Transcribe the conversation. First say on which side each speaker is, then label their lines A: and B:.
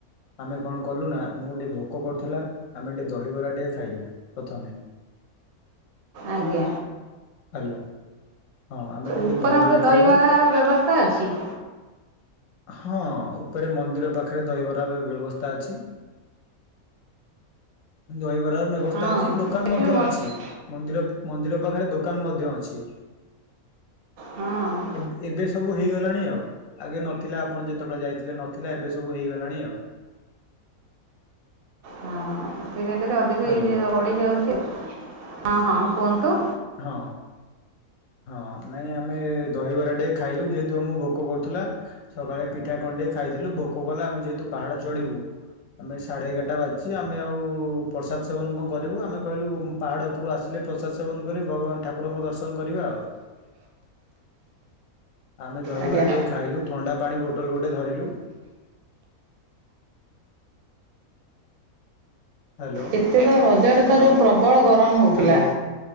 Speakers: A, on the left; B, on the right.
A: ଆମେ କଣ କଲୁ ନା ଆମକୁ ଗୋଟିଏ ଭୋକ କରୁଥିଲା ଆମେ ଟିକେ ଦହିବରା ଟିକଏ ଖାଇଲୁ ପ୍ରଥମେ।
B: ଆଜ୍ଞା।
A: ହ୍ୟାଲୋ। ହଁ ଆମେ ଟିକେ
B: ଉପରେ
A: ଦହିବରା
B: ମଧ୍ୟେ ଦହିବାର
A: ଖାଇଲୁ
B: ବ୍ୟବସ୍ଥା ଅଛି।
A: ହଁ ଉପରେ ମନ୍ଦିର ପାଖରେ ଦହିବରା ବ୍ୟବସ୍ଥା ଅଛି। ଦହିବରାର ବ୍ୟବସ୍ଥା
B: ହଁ
A: ଅଛି ଦୋକାନ
B: ଏଠି
A: ମଧ୍ୟ
B: ବି ବର୍ଷ
A: ଅଛି। ମନ୍ଦିର ମନ୍ଦିର ପାଖରେ ଦୋକାନ ମଧ୍ୟ ଅଛି।
B: ହଁ।
A: ଏବେ ଏବେ ସବୁ ହେଇଗଲାଣି ଆଉ ଆଗେ ନ ନଥିଲା ଆପଣ ଯେତେବେଳେ ଯାଇଥିଲେ ନଥିଲା ଏବେ ସବୁ ହେଇଗଲାଣି ଆଉ।
B: ହଁ ଧୀରେ ଧୀରେ ଅଧିକ
A: ହ୍ୟାଲୋ
B: ବଡି ଯାଉଛି ହଁ ହଁ କୁହନ୍ତୁ।
A: ହଁ। ହଁ ନାଇଁ ଆମେ ଦହିବରା ଟେ ଖାଇଲୁ ଯେହେତୁ ଆମକୁ ଭୋକ କରୁଥିଲା। ସକାଳେ ପିଠା କଣ୍ଣ୍ଡେଇ ଖାଇଥିଲୁ ଭୋକ କଲେ ଆମେ ଯେହେତୁ ପାହାଡ଼ ଚଢିବୁ। ଆମେ ସାଢ଼େ ଏଗାରଟା ବାଜିଛି ଆମେ ଆଉ ପ୍ରସାଦ ସେବନ କଣ କରିବୁ ଆମେ କହିଲୁ ପାହାଡ଼ ଉପରୁ ଆସିଲେ ପ୍ରସାଦ ସେବନ କରି ଭଗବାନ ଠାକୁରଙ୍କ ଦର୍ଶନ କରିବା ଆଉ। ଆମେ ଦହିବରା
B: ଆଜ୍ଞା।
A: ଟିକେ ଖାଇଲୁ ଥଣ୍ଡା ପାଣି ବୋଟଲ ଗୋଟେ ଧରିଲୁ। ହ୍ୟାଲୋ
B: ଏତେ ତ ରଜରେ ତ ଯେୋଉ ପ୍ରବଳ ଗରମ ହଉଥିଲା।
A: ହ୍ୟାଲୋ